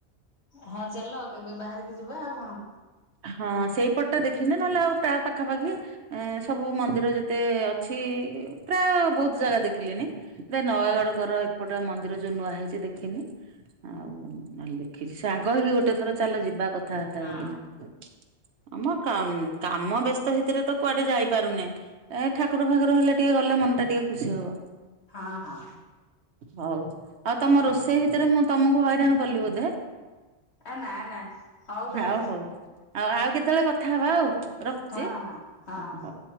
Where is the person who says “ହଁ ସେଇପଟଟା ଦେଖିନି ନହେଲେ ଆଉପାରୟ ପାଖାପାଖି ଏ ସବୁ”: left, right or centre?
Right